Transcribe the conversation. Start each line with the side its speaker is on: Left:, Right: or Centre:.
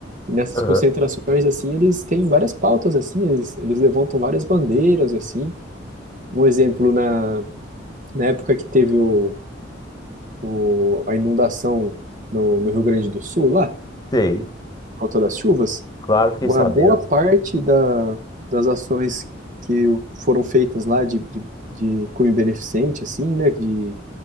Right: E nessas
Left: Aham,
Right: concentrações, assim, eles têm várias pautas, assim, eles, eles levantam várias bandeiras, assim. Um exemplo, na, na época que teve o o, a inundação no, no Rio Grande do Sul, lá,
Left: Sei,
Right: por conta das chuvas,
Left: claro, fiquei
Right: uma
Left: sabendo.
Right: boa parte da, das ações que foram feitas lá de, de, de cunho beneficente, assim, né, de